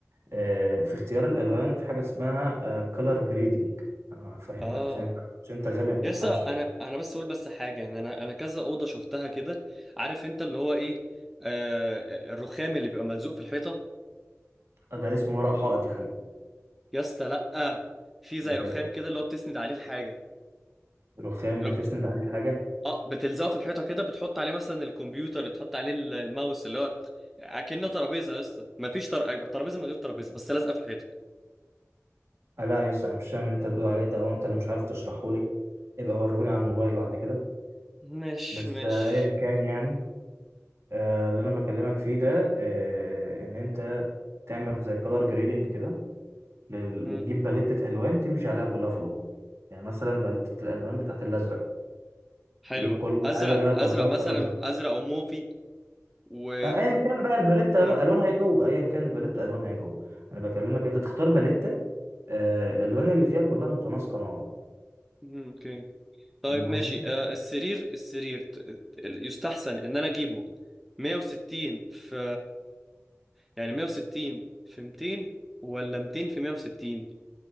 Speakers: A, on the right; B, in the centre.
A: آه، في اختيار الألوان في حاجة اسمها كولر جريدنج هفهمك
B: اه
A: عشان انت عشان انت غبي ما بتفهمش
B: يس انا
A: انا
B: انا بس اقول بس حاجه ان انا انا كذا اوضه شفتها كده عارف انت اللي هو ايه آه الرخام اللي بيبقى ملزوق في الحيطه
A: ده اسمه ورق حائط يا حبيبي
B: يا اسطى لا في زي
A: امال
B: رخام
A: ايه
B: كده اللي هو بتسند عليه الحاجه
A: رخام
B: أنا
A: بتسند
B: بت...
A: عليه الحاجه
B: اه بتلزقه في الحيطه كده بتحط عليه مثلا الكمبيوتر تحط عليه ال- الماوس اللي هو اكنه ترابيزه يا اسطى مفيش تر... ترابيزه من غير ترابيزه بس لازقه في الحيطه
A: آه لا يا اسطى انا مش فاهم اللي انت بتقول عليه ده او انت اللي مش عارف تشرحه لي ابقى وريهولي على الموبايل بعد كده
B: ماشي
A: بس
B: ماشي
A: آه، ايا كان يعني آه اللي انا بكلمك فيه ده آه ان انت تعمل زي كولر جريدنج كده لل...
B: مم.
A: وتجيب باليتة الوان تمشي عليها كلها في الاوضه يعني مثلا باليتة الالوان بتاعت الازرق
B: حلوة
A: تجيب كل
B: ازرق
A: حاجه ليها
B: ازرق
A: درجات
B: مثلا
A: في ازرق
B: ازرق او موفي و
A: آه، ايا كان بقى الباليتة
B: مم.
A: الوانها ايه جوه ايا كان الباليتة الوانها ايه جوه انا بكلمك إن انت تختار باليتة آه، الالوان اللي فيها كلها متناسقه مع بعض
B: مم، اوكي طيب
A: فاهم
B: ماشي
A: قصدي
B: آه السرير السرير ت- ت- يستحسن ان انا اجيبه 160 في يعني 160 في 200 ولا 200 في 160